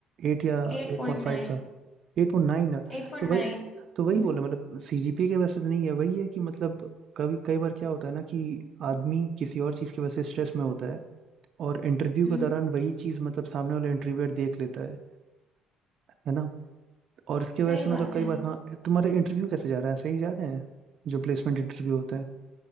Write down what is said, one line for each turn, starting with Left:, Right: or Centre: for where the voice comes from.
Right: एट या
Left: एट
Right: एट
Left: पॉइंट
Right: पॉइंट फाइव
Left: नाइन
Right: था Eight nine
Left: एट पॉइंट
Right: तो वही
Left: नाइन
Right: तो वही
Left: हम्म
Right: बोला मतलब सीजीपीए के वजह से तो नहीं है वही है कि मतलब कभी कई बार क्या होता है ना कि आदमी किसी और चीज की वजह से स्ट्रेस में होता है और इंटरव्यू
Left: हम्म
Right: के दौरान वही चीज मतलब सामने वाला इंटरव्यूअर देख लेता है है ना और इसके
Left: सही
Right: वजह से
Left: बात
Right: मतलब कई
Left: है
Right: बार हाँ तुम्हारा इंटरव्यू कैसे जा रहा है सही जा रहे हैं जो प्लेसमेंट इंटरव्यू होता है